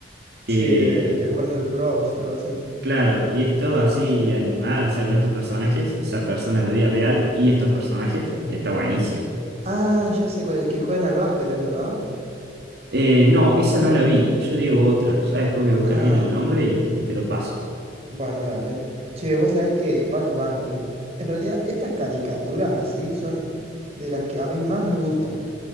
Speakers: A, on the right; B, on the right.
A: que,
B: Sí, de, de Warner Bros., algo así.
A: claro, y es todo así animada, o sea, con estos personajes, o sea, personas de la vida real y estos personajes, y está buenísimo.
B: Ah, ya sé cuál es, que juegan al básquet, ¿es verdad?
A: Eh, no, esa no la vi, yo digo otra, ya después voy a buscar
B: Ah,
A: bien el nombre y, y te lo paso.
B: bueno, dale. Che, vos sabés que Bugs Bunny, en realidad estas caricaturas así son de las que a mí más me gustan.